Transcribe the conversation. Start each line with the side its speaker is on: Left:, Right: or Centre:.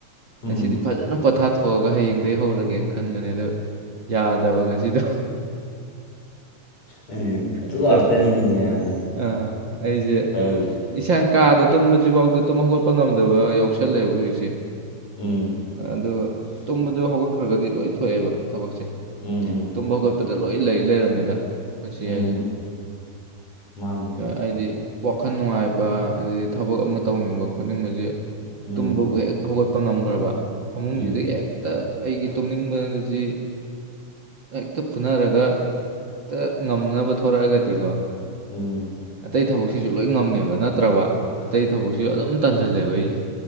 Left: ꯎꯝ
Right: ꯉꯁꯤꯗꯤ ꯐꯖꯅ ꯄꯣꯊꯥꯊꯣꯛꯑꯒ ꯍꯌꯦꯡꯗꯒꯤ ꯍꯧꯔꯒꯦꯅ ꯈꯟꯕꯅꯦ ꯑꯗꯣ ꯌꯥꯗꯕ ꯉꯁꯤ ꯖꯤꯗꯣ
Left: ꯎꯝ ꯑꯗꯨ
Right: ꯑꯗꯣ
Left: ꯉꯥꯛꯇꯅꯤꯅꯦ ꯃꯌꯥꯝ
Right: ꯑꯥ ꯑꯩꯖꯦ
Left: ꯇꯧꯔꯤꯁꯦ
Right: ꯏꯁꯥ ꯀꯥꯗ ꯇꯨꯝꯕꯁꯤ ꯐꯥꯎꯗ ꯇꯨꯝ ꯍꯧꯒꯠꯄ ꯉꯝꯗꯕ ꯌꯥꯎꯁꯜꯂꯦꯕ ꯍꯧꯖꯤꯛꯁꯦ
Left: ꯎꯝ
Right: ꯑꯗꯨ ꯇꯨꯝꯕꯗꯨ ꯍꯧꯒꯠꯈ꯭ꯔꯒꯗꯤ ꯂꯣꯏ ꯊꯣꯛꯑꯦꯕ ꯊꯕꯛꯁꯦ
Left: ꯎꯝ
Right: ꯇꯨꯝꯕ ꯈꯣꯠꯄꯗ ꯂꯣꯏ ꯂꯩ ꯂꯩꯔꯝꯃꯦꯗꯥ ꯄꯨꯟꯁꯤ
Left: ꯎꯝ
Right: ꯍꯥꯏꯁꯦ
Left: ꯃꯥꯅꯤꯅꯦ
Right: ꯍꯥꯏꯗꯤ ꯋꯥꯈꯜ ꯅꯨꯡꯉꯥꯏꯕ ꯑꯥꯗꯩ ꯊꯕꯛ ꯑꯃ ꯇꯧꯅꯤꯡꯕ ꯈꯣꯠꯅꯤꯡꯕꯁꯦ
Left: ꯎꯝ
Right: ꯇꯨꯝꯕꯕꯨ ꯍꯦꯛ ꯍꯧꯒꯠꯄ ꯉꯝꯈ꯭ꯔꯕ ꯐꯃꯨꯡꯁꯤꯗꯒꯤ
Left: ꯎꯝ
Right: ꯍꯦꯛꯇ ꯑꯩꯒꯤ ꯇꯨꯝꯅꯤꯡꯕꯥꯖꯤ ꯍꯦꯛꯇ ꯐꯨꯅꯔꯒ ꯍꯦꯛꯇ ꯉꯝꯅꯕ ꯊꯣꯔꯛꯑꯒꯗꯤꯀꯣ
Left: ꯎꯝ
Right: ꯑꯇꯩ ꯊꯕꯛꯁꯤꯁꯨ ꯂꯣꯏ ꯉꯝꯃꯦꯕ ꯅꯠꯇ꯭ꯔꯕ ꯑꯇꯩ ꯊꯕꯛꯁꯤꯁꯨ ꯑꯗꯨꯝ ꯇꯟꯖꯟꯂꯦꯕ ꯑꯩꯁꯦ